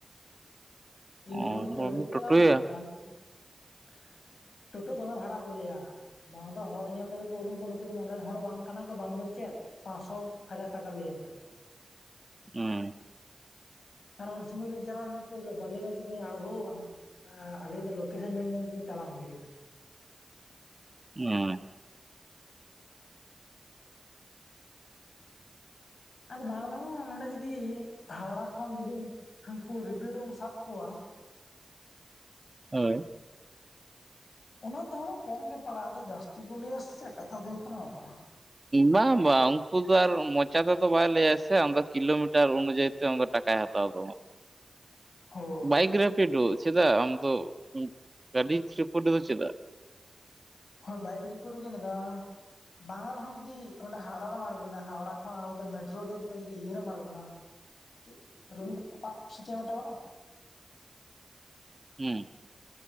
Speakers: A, on the left; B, on the right.
A: ᱤᱧ
B: ᱚ
A: ᱡᱚᱠᱷᱚᱱ
B: ᱵᱟᱢ
A: ᱯᱳᱭᱞᱳᱧ
B: ᱴᱳᱴᱳᱭᱟ
A: ᱪᱟᱞᱟᱣ ᱞᱮᱱ ᱛᱟᱦᱮᱸᱫ <unintelligible> ᱴᱳᱴᱳ ᱫᱚᱢᱮ ᱵᱷᱟᱲᱟ ᱠᱚ ᱞᱟᱹᱭ-ᱟ ᱵᱟᱝ ᱫᱚ ᱦᱚᱲ ᱧᱮᱞ ᱛᱮᱜᱮ ᱩᱨᱩᱢ ᱠᱚ ᱱᱩᱠᱩ ᱫᱚ ᱱᱚᱰᱮᱱ ᱦᱚᱲ ᱵᱟᱝ ᱠᱟᱱᱟ ᱠᱚ ᱵᱟᱝ ᱫᱚ ᱪᱮᱫ ᱯᱟᱸᱪᱥᱚ ᱦᱟᱡᱟᱨ ᱴᱟᱠᱟᱭ ᱞᱟᱹᱭ ᱟᱢᱟᱭ᱾
B: ᱦᱩᱸᱜ-ᱩᱸ᱾
A: ᱟᱨ ᱩᱱ ᱥᱚᱢᱚᱡ ᱞᱤᱧ ᱪᱟᱞᱟᱣ <unintelligible> ᱯᱳᱭᱞᱳ ᱵᱟᱞᱤ ᱜᱚᱸᱧᱡᱽ ᱨᱮᱞᱤᱧ ᱟᱲᱜᱳ ᱠᱟᱱᱟ ᱟᱸ ᱟᱞᱤᱧ ᱫᱚ ᱞᱳᱠᱮᱥᱚᱱ ᱧᱮᱞ ᱧᱮᱞ ᱛᱮᱞᱤᱧ ᱛᱟᱲᱟᱢ ᱤᱫᱤ ᱠᱮᱫᱟ᱾
B: <unintelligible>
A: ᱟᱨ ᱵᱟᱝ ᱨᱮᱦᱚᱸ ᱱᱚᱸᱰᱮ ᱡᱩᱫᱤ ᱦᱟᱣᱲᱟ ᱠᱷᱚᱱ ᱡᱩᱫᱤᱢ ᱦᱟᱹᱱᱠᱩ ᱨᱤᱯᱤᱰᱳᱢ ᱥᱟᱵᱽ ᱠᱚᱣᱟ
B: ᱦᱳᱭ᱾
A: ᱚᱱᱟ ᱛᱮᱦᱚᱸ ᱠᱚᱢ ᱜᱮ ᱯᱟᱲᱟᱜᱼᱟ ᱟᱫᱚ ᱡᱟᱥᱛᱤ ᱠᱚ ᱞᱟᱹᱭ-ᱟ ᱥᱮ ᱪᱮᱫ ᱠᱟᱛᱷᱟ ᱫᱚ ᱦᱳᱭᱳᱜ ᱠᱟᱱᱟ ᱚᱱᱟ᱾
B: ᱵᱟᱝ ᱵᱟᱝ ᱩᱱᱠᱩ ᱫᱚ ᱟᱨ ᱢᱚᱪᱟ ᱛᱮᱫᱚ ᱵᱟᱭ ᱞᱟᱹᱭᱟᱭ ᱥᱮ ᱟᱢ ᱫᱚ ᱠᱤᱞᱳᱢᱤᱴᱟᱨ ᱚᱱᱩᱡᱟᱭᱤ ᱛᱮ ᱚᱱᱠᱟ ᱴᱟᱠᱟᱭ ᱦᱟᱛᱟᱣ ᱫᱚ᱾
A: ᱦᱳᱭ
B: ᱵᱟᱭᱤᱠ ᱨᱮ ᱯᱤᱰᱳ ᱪᱮᱫᱟᱜ ᱟᱢ ᱫᱚ ᱜᱟᱹᱰᱤ ᱪᱠᱠᱚᱨ ᱨᱮᱫᱚ ᱪᱮᱫᱟᱜ?
A: ᱦᱳ ᱵᱟᱭᱤᱠ ᱨᱤᱯᱤᱰᱳ ᱜᱮ ᱞᱮᱫᱟ᱾ ᱵᱟᱝ ᱨᱮᱦᱚᱸ ᱡᱩᱫᱤ ᱚᱸᱰᱮ ᱦᱟᱣᱲᱟᱨᱮᱢ ᱟᱬᱜᱚᱱᱟ ᱦᱟᱣᱲᱟ ᱠᱷᱚᱡ ᱟᱬᱜᱚ ᱠᱟᱛᱮ ᱢᱮᱴᱨᱳ ᱫᱮᱡ ᱠᱟᱛᱮ ᱡᱩᱫᱤ ᱤᱭᱟᱹᱨᱮᱢ ᱟᱬᱜᱳᱱᱟ <inaudible> ᱥᱮ ᱪᱮᱫ ᱢᱤᱫᱴᱟᱝ ᱵᱟᱹᱱᱩᱜᱼᱟ?
B: ᱦᱩᱸ᱾